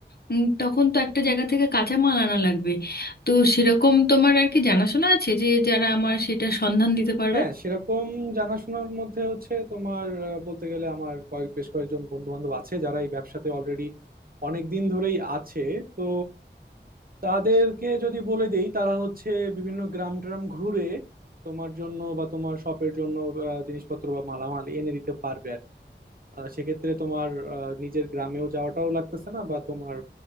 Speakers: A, on the left; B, on the right.
A: উম, তখন তো একটা জায়গা থেকে কাঁচা মাল আনা লাগবে তো সেরকম তোমার আর কি জানাশোনা আছে যে যারা আমার সেটা সন্ধান দিতে পারবে
B: হ্যাঁ সেরকম জানাশোনার মধ্যে হচ্ছে তোমার আহ, বলতে গেলে আমার কয়েক বেশ কয়েকজন বন্ধু বান্ধব আছে যারা এই ব্যবসাতে অলরেডি অনেক দিন ধরেই আছে তো তাদেরকে যদি বলে দেই তারা হচ্ছে বিভিন্ন গ্রাম ট্রাম ঘুরে তোমার জন্য বা তোমার শপের জন্য আহ, জিনিসপত্র বা মালামাল এনে দিতে পারবে আর কি। আহ, সেক্ষেত্রে তোমার আহ, নিজের গ্রামেও যাওয়াটাও লাগতেছে না বা তোমার